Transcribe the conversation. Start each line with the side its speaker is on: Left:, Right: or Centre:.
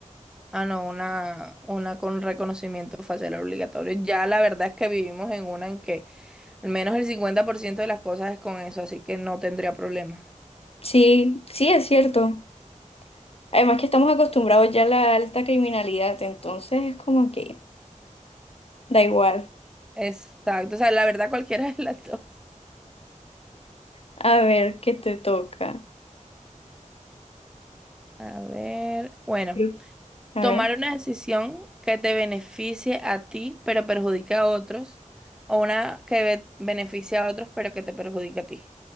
Centre: Ah, no, una, una con reconocimiento facial obligatorio. Ya la verdad es que vivimos en una en que al menos el 50% de las cosas es con eso, así que no tendría problema.
Left: Sí, sí, es cierto. Además que estamos acostumbrados ya a la alta criminalidad, entonces es como que da igual.
Centre: Exacto. O sea, la verdad cualquiera <laughs> de las dos.
Left: A ver, ¿qué te toca?
Centre: A ver, bueno.
Left: Creo- A
Centre: Tomar
Left: ver.
Centre: una decisión que te beneficie a ti, pero perjudica a otros, o una que be- beneficie a otros, pero que te perjudica a ti.